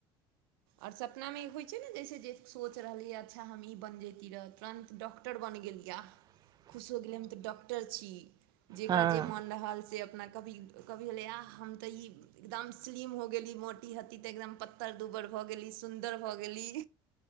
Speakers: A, on the right; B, on the right.
A: आओर सपनामे होइत छै ने जैसे जे सोच रहलियै अच्छा हम ई बनि जेैती रहै तुरन्त डॉक्टर बनि गेलियै
B: ह <unintelligible>
A: खुश हो गेलै हम तऽ डॉक्टर छी जकरा
B: हँ
A: जे मोन रहल से अपना कभी कभी हले आा हम ते ई एकदम स्लिम हो गेली मोटी ह्ती ते एकदम पत्तर दुबर भऽ गेली सुन्दर भऽ गेली